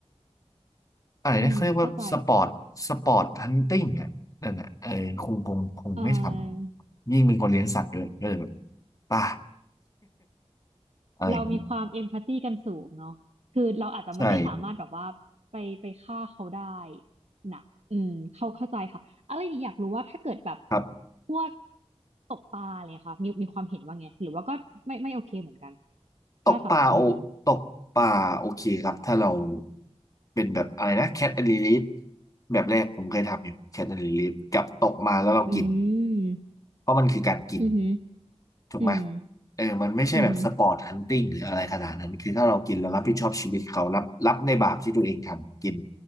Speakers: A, on the left; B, on the right.
A: อะไรนะเขาเรียกว่าสปอร์ต
B: อืมเข้าใจค่ะ
A: สปอร์ตฮันติงอ่ะนั่นอ่ะเออคงคงคงไม่ทำยิ่งเป็นคนเลี้ยงสัตว์ด้วยก็เลยแบบ
B: เออ
A: ป่า <laughs> อะไรอย่างนี้
B: เรามีความเอมพัตตีกันสูงเนาะคือเราอาจจะไม่ได้สามารถแบบว่าไปไปฆ่าเขาได้
A: ใช่
B: นะอืมเขาเข้าใจค่ะอะไรอีกอยากรู้ว่าถ้าเกิดแบบ
A: ครับ
B: พวกตกปลาอะไรเนี่ยค่ะมีมีความเห็นว่าไงหรือว่าก็ไม่ไม่โอเคเหมือนกัน
A: ตกปลาโอตกปลาโอเคครับถ้าเรา
B: ถ้าสำหรับคุณกิน
A: เป็นแบบอะไรนะแคทแอนด์ลิลแบบแรกผมเคยทำอยู่แคทแอนด์ลิลกับตกมาแล้วเรากิน
B: อืม
A: เพราะมันคือการกิน
B: อือหือ
A: ถูกไหม
B: อืม
A: เออมันไม่ใช่แบบสปอร์ตฮันติ
B: อือหือ
A: g งหรืออะไรขนาดนั้น คือถ้าเรากินเรารับผิดชอบชีวิตเขารับรับในบาปที่ตัวเองทำกิน